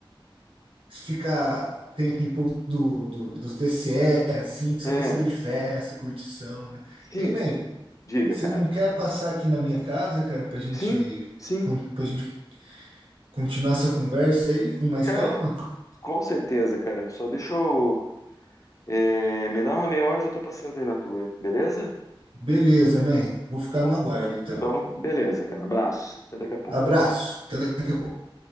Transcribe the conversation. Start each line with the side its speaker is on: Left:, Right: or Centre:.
Right: fica, tem aquele povo do, do- dos DCE, assim, que só
Left: É,
Right: quer saber de festa, curtição, né?
Left: sim,
Right: Ei, man,
Left: diga,
Right: você
Left: cara.
Right: não quer passar aqui na minha casa, cara, pra gente
Left: Sim, sim,
Right: para gente continuar essa conversa aí com mais
Left: cara,
Right: calma?
Left: com certeza, cara. Só deixa eu. É, me dá uma meia hora, eu já tô passando aí na tua, beleza?
Right: Beleza, man. Vou ficar
Left: Então,
Right: no aguardo, então.
Left: então, beleza, cara. Abraço. Até daqui a pouco.
Right: Abraço. Até daqui a pouco.